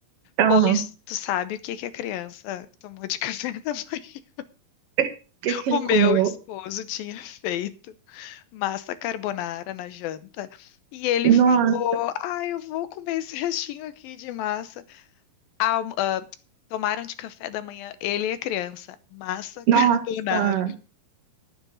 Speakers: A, on the right; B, on the left.
A: aham.
B: Pois tu sabe o que que a criança tomou de <laughs> café da manhã?
A: O que que
B: O
A: ele
B: meu
A: comeu?
B: esposo tinha feito massa carbonara na janta e ele
A: No-
B: falou: "Ah, eu vou comer esse restinho aqui de massa". alm- ah, tomaram de café da manhã, ele e a criança, massa carbonara.
A: Nossa.